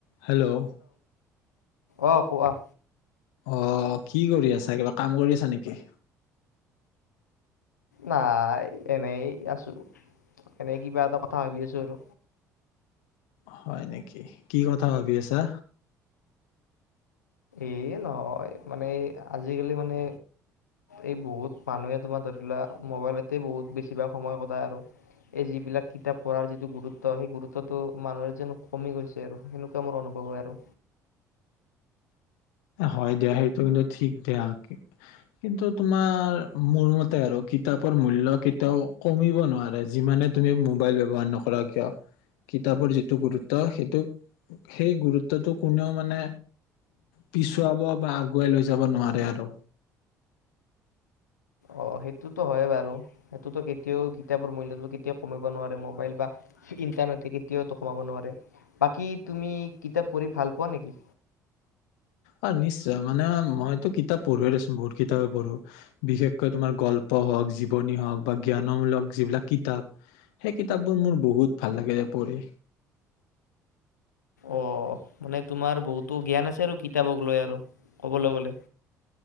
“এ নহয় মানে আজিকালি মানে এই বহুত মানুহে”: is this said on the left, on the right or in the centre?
Left